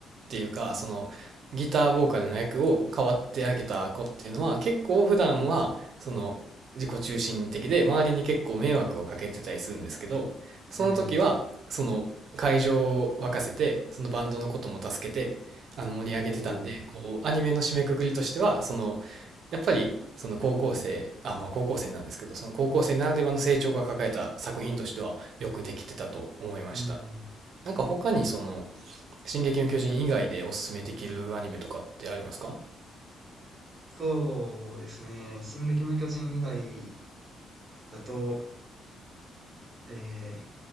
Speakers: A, on the right; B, on the right.
A: ていうか、そのギターボーカルの役を変わってあげた子っていうのは、結構普段は、その自己中心的で、周りに結構迷惑をかけてたりするんですけど、その時は、
B: うん。
A: その会場を沸かせて、そのバンドのことも助けて、あの盛り上げてたんで、
B: おお。
A: こう、アニメの締めくくりとしては、その、やっぱり、その高校生、あ、まあ高校生なんですけど、その高校生ならではの成長が抱えた作品としては、よくできてたと思いました。
B: うん。
A: なんか他にその、進撃の巨人以外でおすすめできるアニメとかってありますか
B: そうですね。進撃の巨人以外だと、え